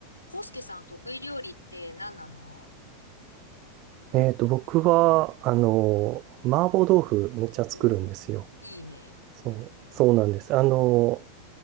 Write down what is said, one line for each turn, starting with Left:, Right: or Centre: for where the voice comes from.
Left: コウスケさん得意料理って何なの
Right: えっと、僕は、あの、麻婆豆腐めっちゃ作るんですよ。
Left: おー、いいね。
Right: そう、そうなんです。あの、